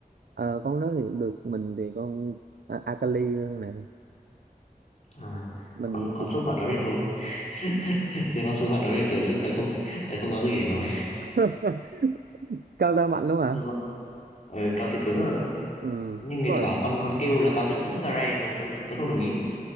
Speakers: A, on the right; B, on the left.
A: Ờ, con đó thì cũng được mình thì con à, Akali này
B: à.
A: mình
B: con con súc vật đó đi thôi <laughs> riêng con súc vật đó thì tớ tớ không tớ không có gì để nói
A: <laughs> cao tơ mạnh luôn hả
B: Thế là- con- ờ, cao tơ cứng rồi
A: ừ đúng
B: nhưng người
A: rồi.
B: ta bảo con con kêu là cao tơ cứng gare nhưng tớ tớ không đồng ý